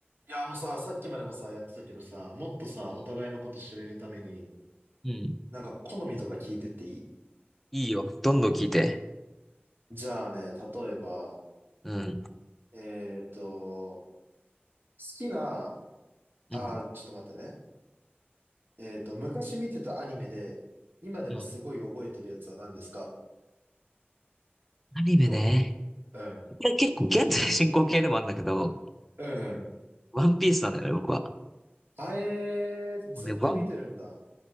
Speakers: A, on the right (about 60°); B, in the centre.
A: いや、あのさ、さっきまでもさ、やってたけどさ、もっとさ、
B: うん。
A: お互いのこと知れるために、
B: うん
A: なんか好みとか聞いてっていい
B: いいよ。どんどん聞いて。
A: じゃあね、例えば、
B: うん。
A: えっと、好きな、
B: うん。
A: あー、ちょっと待ってね。えっと、昔見てたアニメで、今でもすごい覚えてるやつは何ですか
B: うん。アニメね。
A: どううん。
B: これ結構現在進行形でもあるんだけど、
A: うんうん。
B: ワンピースなんだよね、僕は。
A: あえー、ずっと見てるんだ。
B: もうね、ワン、